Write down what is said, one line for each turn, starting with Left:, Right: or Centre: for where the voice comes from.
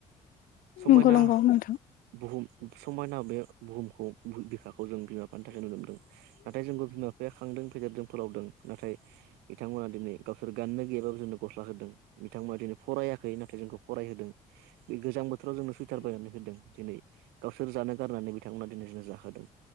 Right: समायना
Left: नंगौ नंगौ नोंथां
Right: बुहुम समायना बे बुहुम बिखौ जों बिमा बिफानि थाखाय नुनो मोनदों नाथाय, जोंखौ बिमा बिफाया खांदों फेदेरदों फोलावदों नाथाय बिथांमोना दिनै गावसोर गाननो गैयाब जोंनो गस्ला होदों बिथांमोना दिनै फराययाखै नाथाय जोंखौ फ फरायहोदों बे गोजां बोथोराव जोंनो सुवइटार बायनानै होदों दिनै गावसोर जानो गारनानै बिथांमोना दिनैसिम जाहोदों।